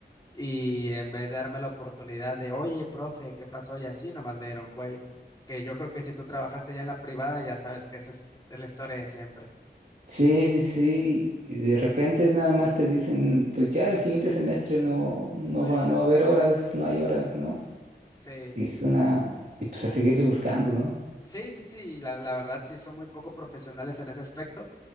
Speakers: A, on the left (about 20°); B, on the right (about 70°).
A: y en vez de darme la oportunidad de, oye, profe, ¿qué pasó? Y así, nomás me dieron cuello. Que yo creo que si tú trabajaste ya en la privada, ya sabes que esa es la historia de siempre.
B: Sí, sí, sí. Y de repente nada más te dicen, pues ya el siguiente semestre no, no
A: No
B: va,
A: lloras.
B: no va a haber horas, no hay horas, ¿no?
A: Sí.
B: Y es una, y pues a seguirle buscando, ¿no?
A: Sí, sí, sí, la, la verdad sí son muy poco profesionales en ese aspecto,